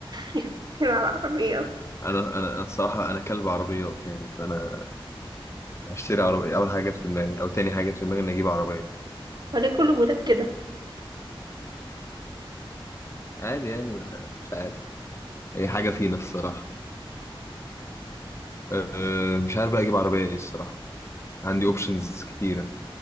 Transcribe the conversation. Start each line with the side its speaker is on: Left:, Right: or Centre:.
Right: <laughs> العربيات
Left: أنا أنا أنا الصراحة أنا كلب عربيات يعني فأنا هشتري عربية أول حاجة جت في دماغي أو تاني حاجة جت في دماغي إني أجيب عربية
Right: وليه كل الولاد كده
Left: عادي يعني ما- مش عارف هي حاجة فينا الصراحة أه مش عارف بقى أجيب عربية إيه الصراحة عندي أوبشنز كتيرة